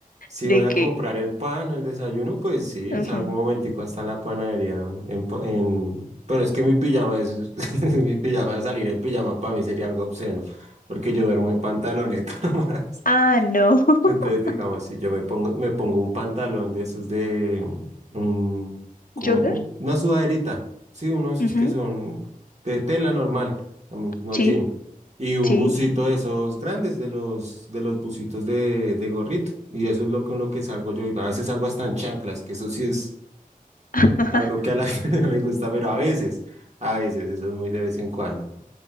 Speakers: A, on the right; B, on the left.
A: Si
B: ¿De
A: voy a
B: qué?
A: comprar el pan o el desayuno, pues sí,
B: Ujú.
A: salgo un momentico hasta la panadería en, pa- en... Pero es que mi pijama es, <laughs> mi pijama salir en pijama para mí sería algo obsceno, porque yo duermo en pantaloneta <laughs> nomás.
B: Ah, no. <laughs>
A: Entonces, digamos, si yo me pongo, me pongo un pantalón de esos de mm, un, como
B: ¿Jogger?
A: un- una sudaderita, sí, uno de esos
B: Ujú,
A: que son de tela normal, am- no
B: Sí,
A: jean, y un
B: sí.
A: busito de esos grandes, de los, de los busitos de, de gorrito, y eso es lo con lo que salgo yo, y a veces salgo hasta en chanclas, que eso sí es
B: <laughs> ajá.
A: algo que a la <laughs> gente no le gusta, pero a veces, a veces, eso es muy de vez en cuando.